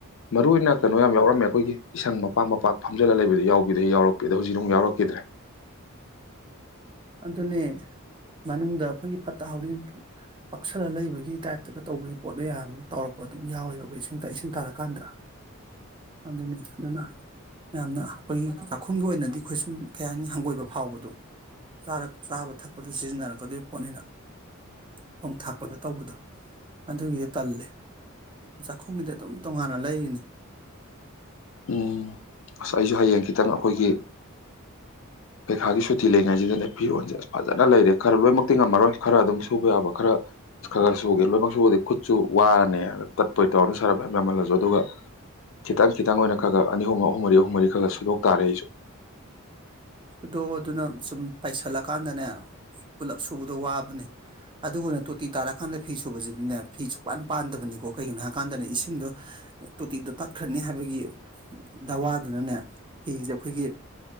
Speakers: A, on the left; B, on the right.
A: ꯃꯔꯨ ꯑꯣꯏꯅ ꯀꯩꯅꯣ ꯌꯥꯝ ꯌꯥꯎꯔꯝꯃꯦ ꯑꯈꯣꯏꯒꯤ ꯏꯁꯪ ꯃꯄꯥꯛ ꯃꯄꯥꯛ ꯇꯣ ꯈꯣꯝꯖꯤꯜꯂ ꯂꯩꯕꯗꯤ ꯌꯥꯎꯕꯗꯤ ꯌꯥꯎꯔꯛꯄꯦ ꯗꯣ ꯍꯧꯖꯤꯛ ꯑꯃꯨꯛ ꯌꯥꯎꯔꯛꯈꯤꯗ꯭ꯔꯦ
B: ꯑꯗꯨꯅꯦ ꯃꯅꯨꯡꯗ ꯑꯈꯣꯏꯒꯤ ꯐꯠꯇ ꯍꯥꯎꯗꯤ ꯄꯛꯁꯜꯂ ꯂꯩꯕꯒꯤ ꯇꯥꯏꯞꯇꯒ ꯇꯧꯕꯒꯤ ꯄꯣꯠ ꯃꯌꯥꯝ ꯑꯃ ꯇꯧꯔꯛꯄ ꯑꯗꯨꯝ ꯌꯥꯎꯋꯦꯕ ꯏꯁꯤꯡ ꯏꯁꯤꯡ ꯇꯥꯔꯀꯥꯟꯗ ꯑꯗꯨꯅꯦ ꯑꯗꯨꯅ ꯌꯥꯝꯅ ꯑꯈꯣꯏꯒꯤ ꯆꯥꯛꯈꯨꯝꯒꯤ ꯑꯣꯏꯅꯗꯤ ꯑꯩꯈꯣꯏ ꯁꯨꯝ ꯀꯩ ꯍꯥꯏꯅꯤ ꯍꯪꯒꯣꯏꯕ ꯐꯥꯎꯕꯗꯣ ꯆꯥꯔꯛ ꯆꯥꯕ ꯊꯛꯄꯗ ꯁꯤꯖꯤꯟꯅꯔꯛꯀꯗꯣꯏ ꯄꯣꯠꯅꯤꯅ ꯊꯣꯡ ꯊꯥꯛꯄꯗ ꯇꯧꯕꯗꯣ ꯑꯗꯨꯒꯤ ꯇꯜꯂꯦ ꯆꯥꯛꯈꯨꯝꯒꯤꯗꯤ ꯑꯗꯨꯝ ꯇꯣꯉꯥꯟꯅ ꯂꯩꯔꯤꯅꯤ
A: ꯎꯝ ꯑꯁ ꯑꯩꯖꯨ ꯍꯌꯦꯡꯈꯤꯠ ꯈꯤꯇꯪ ꯑꯩꯈꯣꯏꯒꯤ ꯄꯩꯈꯥꯒꯤ ꯁꯨꯇꯤ ꯂꯩꯉꯩꯖꯤꯗꯅꯦ ꯐꯤꯔꯣꯟꯜꯖꯦ ꯑꯁ ꯐꯖꯅ ꯂꯩꯔꯦ ꯈꯔ ꯂꯣꯏꯅꯃꯛꯇꯤ ꯉꯝꯃꯔꯣꯏ ꯈꯔ ꯑꯗꯨꯝ ꯁꯨꯕ ꯌꯥꯕ ꯈꯔ ꯈ ꯒ ꯁꯨꯒꯦ ꯂꯣꯏꯅꯃꯛ ꯁꯨꯕꯗꯤ ꯈꯨꯠꯁꯨ ꯋꯥꯔꯅꯤ ꯇꯠꯄꯣꯏ ꯇꯧꯔ ꯁꯔꯕ ꯃꯌꯥꯝ ꯌꯥꯝꯃꯜꯂꯁꯨ ꯑꯗꯨꯒ ꯈꯤꯇꯪ ꯈꯤꯇꯪ ꯑꯣꯏꯅ ꯈꯔ ꯈꯔ ꯑꯅꯤ ꯍꯨꯝꯃꯨꯛ ꯑꯍꯨꯝ ꯃꯔꯤ ꯑꯍꯨꯝ ꯃꯔꯤ ꯈꯔ ꯈ ꯁꯨꯗꯣꯛ ꯇꯥꯔꯦ ꯑꯩꯁꯨ
B: ꯁꯨꯗꯣꯛꯑꯣ ꯑꯗꯨꯅ ꯁꯨꯝ ꯄꯥꯏꯁꯜꯂꯀꯥꯟꯗꯅꯦ ꯄꯨꯂꯞ ꯁꯨꯕꯗꯣ ꯋꯥꯕꯅꯤ ꯑꯗꯨꯒꯅꯦ ꯇꯣꯇꯤ ꯇꯥꯔꯀꯥꯟꯗ ꯐꯤ ꯁꯨꯕꯖꯤꯗꯤꯅꯦ ꯐꯤꯁꯨꯄꯥꯟ ꯄꯥꯟꯗꯕꯅꯤꯀꯣ ꯀꯩꯒꯤꯅꯣ ꯍꯥꯏꯀꯥꯟꯗꯅꯦ ꯏꯁꯤꯡꯗꯣ ꯇꯣꯇꯤꯗ ꯇꯠꯈ꯭ꯔꯅꯤ ꯍꯥꯏꯕꯒꯤ ꯗꯋꯥꯗꯨꯅꯅꯦ ꯐꯤꯖꯦ ꯑꯈꯣꯏꯒꯤ